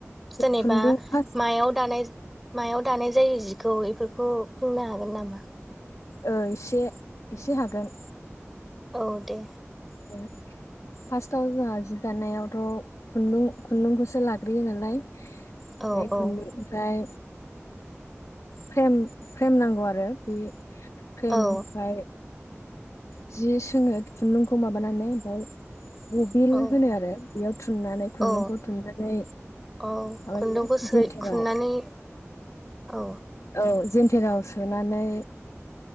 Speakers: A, in the centre; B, on the left.
A: जेनेबा
B: खुन्दुं फार्स्ट
A: मायाव दानाय मायाव दानाय जायो जिखौ बेफोरखौ बुंनो हागोन नामा?
B: औ एसे एसे हागोन।
A: औ दे।
B: <unintelligible> <inaudible> फासटाव जोंहा जि दानायावथ' खुन्दुं खुन्दुंखौसो लाग्रोयो नालाय
A: औ
B: बे खुन्दुंनिफ्राय
A: औ
B: फ्रेम फ्रेम नांगौ आरो बे फ्रेमहाय
A: औ
B: जि सोङो खुन्दुंखौ माबानानै ओमफ्राय बबिल
A: औ
B: होनो आरो बेयाव थुननानै खुन्दुंखौ
A: औ
B: थुननानै
A: औ
B: माबायो
A: खुन्दुंखौ सो
B: जेेनथेराव
A: खुननानै औ।
B: औ जेन्थेराव सोनानै